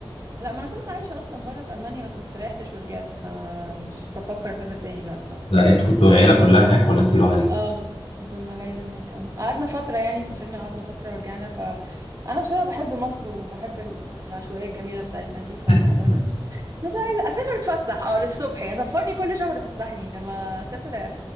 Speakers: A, on the right; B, on the left.
A: لا ما انا كنت عايشه اصلا بره في المانيا بس ما استريحتش ورجعت فمش بفكر اسافر تاني لا بصراحه
B: ده انت كنت العيله كلها هناك ولا انت لوحدك
A: اه كنا ليلة هناك اه قعدنا فترة يعني سافرنا قعدنا فترة ورجعنا فأنا بصراحة بحب مصر وبحب ال- العشوائية الجميلة بتاعتنا دي فما
B: <laughs>
A: أقدر مش عايزة أسافر أتفسح أه للصبح يعني سفرني كل شهر فسحني إنما أسافر